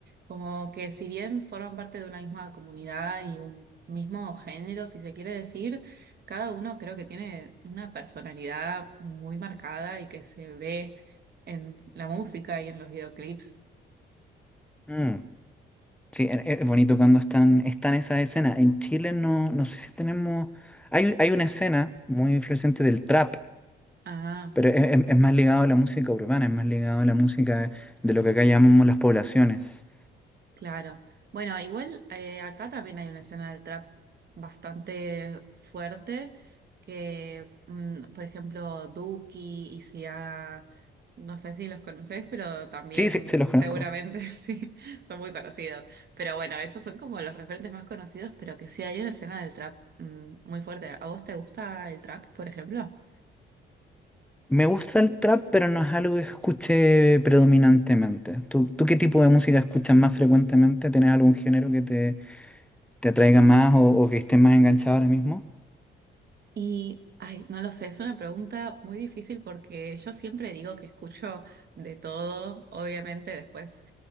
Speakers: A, on the right; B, in the centre.
A: Como que si bien forman parte de una misma comunidad y un mismo género, si se quiere decir, cada uno creo que tiene una personalidad muy marcada y que se ve en la música y en los videoclips.
B: Mm. Sí, e- e- es, bonito cuando están, están esas escenas. En Chile no, no sé si tenemos... Hay, hay una escena muy influyente del trap,
A: Ah.
B: pero es, es- es más ligado a la música urbana, es más ligado a la música de lo que acá llamamos las poblaciones.
A: Claro. Bueno, igual eh, acá también hay una escena del trap bastante fuerte, que mm, por ejemplo Duki y Sia, no sé si los conocés, pero también
B: Sí, sí, sí, los conozco.
A: seguramente <laughs> sí, son muy conocidos. Pero bueno, esos son como los referentes más conocidos, pero que sí hay una escena del trap mm, muy fuerte. ¿A vos te gusta el trap, por ejemplo?
B: Me gusta el trap, pero no es algo que escuche predominantemente. ¿Tú, tú qué tipo de música escuchas más frecuentemente? ¿Tienes algún género que te, te atraiga más o, o que estés más enganchado ahora mismo?
A: Y, ay, no lo sé, es una pregunta muy difícil porque yo siempre digo que escucho de todo, obviamente después